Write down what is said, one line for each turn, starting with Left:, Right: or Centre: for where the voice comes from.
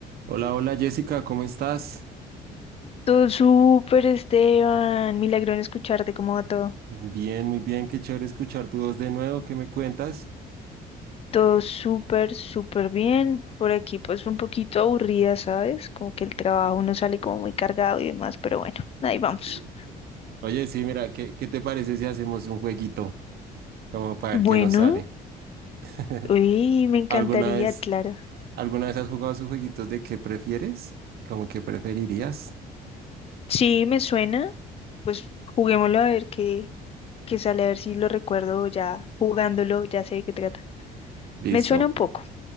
Right: Hola, hola Jessica, ¿cómo estás?
Left: Todo súper, Esteban. Milagro en escucharte, ¿cómo va todo?
Right: Bien, muy bien, qué chévere escuchar tu voz de nuevo, ¿qué me cuentas?
Left: Todo súper, súper bien. Por aquí, pues un poquito aburrida, ¿sabes? Como que el trabajo uno sale como muy cargado y demás, pero bueno, ahí vamos.
Right: Sí. Oye, sí, mira, ¿qué, qué te parece si hacemos un jueguito? Como para
Left: Bueno,
Right: ver qué nos sale. <laughs>
Left: uy, me encantaría,
Right: ¿Alguna vez,
Left: claro.
Right: alguna vez has jugado esos jueguitos de qué prefieres? ¿Cómo que preferirías?
Left: Sí, me suena. Pues juguémoslo a ver qué, qué sale, a ver si lo recuerdo ya jugándolo, ya sé de qué trata.
Right: Listo.
Left: Me suena un poco,